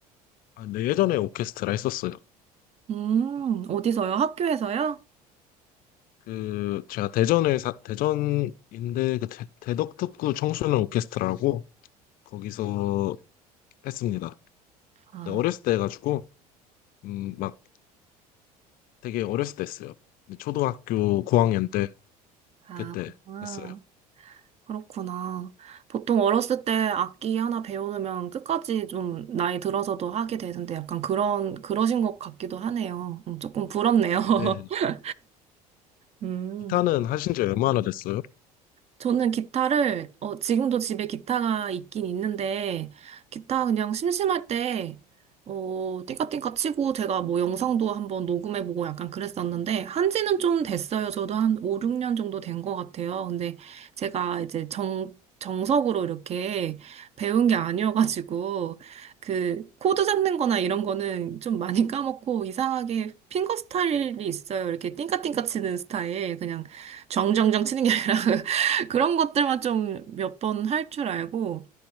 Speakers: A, on the left (about 45°); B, on the right (about 35°).
A: 아, 네, 예전에 오케스트라 했었어요.
B: 음, 어디서요? 학교에서요?
A: 그 제가 대전에 사, 대전인데 그 대, 대덕특구 청소년 오케스트라라고 거기서 했습니다.
B: 아,
A: 근데 어렸을 때 해가지고 음, 막 되게 어렸을 때 했어요. 근데 초등학교 고학년 때
B: 아,
A: 그때
B: 아,
A: 했어요.
B: 그렇구나. 보통 어렸을 때 악기 하나 배우면 끝까지 좀 나이 들어서도 하게 되는데 약간 그런, 그러신 것 같기도 하네요. 음, 조금 부럽네요.
A: 근데
B: <laughs> 음.
A: 기타는 하신 지 얼마나 됐어요?
B: 저는 기타를, 어, 지금도 집에 기타가 있긴 있는데, 기타 그냥 심심할 때, 어, 띵까띵까 치고 제가 뭐 영상도 한번 녹음해보고 약간 그랬었는데, 한지는 좀 됐어요. 저도 한 5, 6년 정도 된 것 같아요. 근데 제가 이제 정, 정석으로 이렇게 배운 게 아니어가지고, 그, 코드 잡는 거나 이런 거는 좀 많이 <laughs> 까먹고, 이상하게 핑거 스타일이 있어요. 이렇게 띵까띵까 치는 스타일. 그냥 정정정 치는 게 아니라. 그런 것들만 좀 몇 번 할 줄 알고,